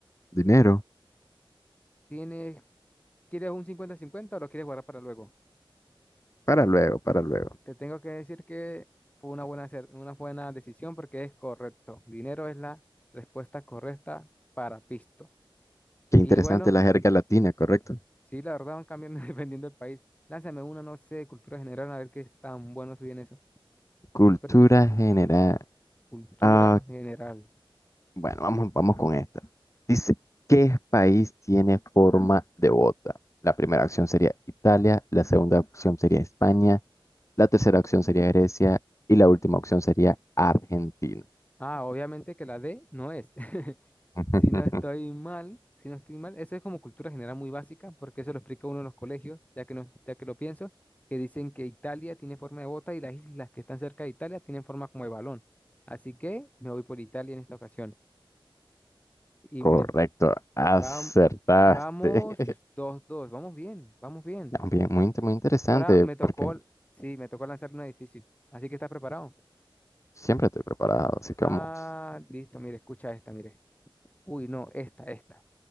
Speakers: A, on the left; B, on the left.
A: dinero.
B: ¿Tienes, quieres un cincuenta-cincuenta o lo quieres guardar para luego?
A: Para luego, para luego.
B: Te tengo que decir que fue una buena, acer- una buena decisión porque es correcto. Dinero es la respuesta correcta para Pisto.
A: Qué interesante
B: Y bueno,
A: la jerga latina, ¿correcto?
B: sí, la verdad van cambiando <laughs> dependiendo del país. Lánzame una, no sé, cultura general, a ver qué es tan bueno soy en eso.
A: Cultura
B: Espera,
A: general.
B: Cultura
A: Ah,
B: general.
A: bueno, vamos, vamos con esta. Dice, ¿qué país tiene forma de bota? La primera opción sería Italia, la segunda opción sería España, la tercera opción sería Grecia y la última opción sería Argentina.
B: Ah, obviamente que la D no es. <laughs>
A: <laughs>
B: Si no estoy mal, si no estoy mal, eso es como cultura general muy básica, porque eso lo explica uno en los colegios, ya que, no, ya que lo pienso, que dicen que Italia tiene forma de bota y las islas que están cerca de Italia tienen forma como de balón. Así que me voy por Italia en esta ocasión. Y
A: Correcto,
B: me
A: acertaste.
B: vam- vamos
A: <laughs>
B: dos dos vamos bien, vamos bien.
A: Ya, Bien, muy, inte- muy interesante,
B: Ahora me tocó,
A: porque
B: sí, me tocó lanzar una difícil. Así que estás preparado.
A: siempre estoy preparado, así que
B: Ah,
A: vamos.
B: listo, mire, escucha esta, mire. Uy, no, esta, esta.